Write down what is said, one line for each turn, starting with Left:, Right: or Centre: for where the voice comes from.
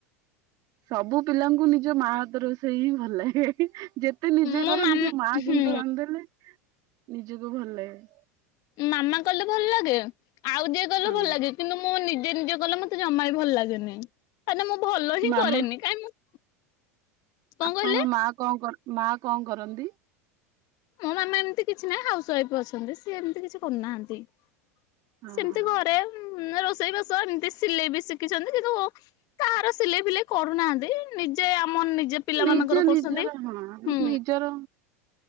Right: ସବୁ ପିଲାଙ୍କୁ ନିଜ ମା ହାତ ରୋଷେଇ ହିଁ ଭଲ ଲାଗେ ଯେତ ଯେତେ ନିଜେ
Left: ମୋ
Right: କର
Left: ମାମ
Right: ନିଜ ମା
Left: ହୁଁ
Right: କିନ୍ତୁ ରାନ୍ଧିଦେଲେ ନିଜକୁ ଭଲ ଲାଗେ।
Left: ମାମା କଲେ ଭଲ ଲାଗେ, ଆଉ ଯିଏ କଲେ
Right: ହଁ।
Left: ଭଲ ଲାଗେ। କିନ୍ତୁ ମୁଁ ନିଜେ ନିଜେ କଲେ ମତେ ଜମା ବି ଭଲ ଲାଗେନି କାହିଁକିନା ମୁଁ ଭଲ ହିଁ
Right: ମାମା
Left: କରେନି କାଇଁ ମୁଁ କଣ
Right: ଆପଣଙ୍କ
Left: କହିଲେ
Right: ମା କଣ ମା କଣ କରନ୍ତି?
Left: ମୋ ମାମା ଏମିତି କିଛି ନାହିଁ ହାଉସ ୱାଇଫ୍ ଅଛନ୍ତି ସିଏ ଏମିତି କିଛି କରୁନାହାନ୍ତି।
Right: ହଁ
Left: ସେମିତି
Right: ହଁ
Left: ଘରେ ରୋଷେଇ ବାସ ଏମିତି ସିଲେଇ ବି ଶିଖିଛନ୍ତି କିନ୍ତୁ କାହାର ସିଲେଇ ଫିଲେଇ କରୁନାହାନ୍ତି ନିଜେ ଆମର ନିଜେ ପିଲାମାନଙ୍କର
Right: ନିଯେ
Left: କରୁଛନ୍ତି।
Right: ନିଜର ହଁ
Left: ହୁଁ
Right: ନିଜର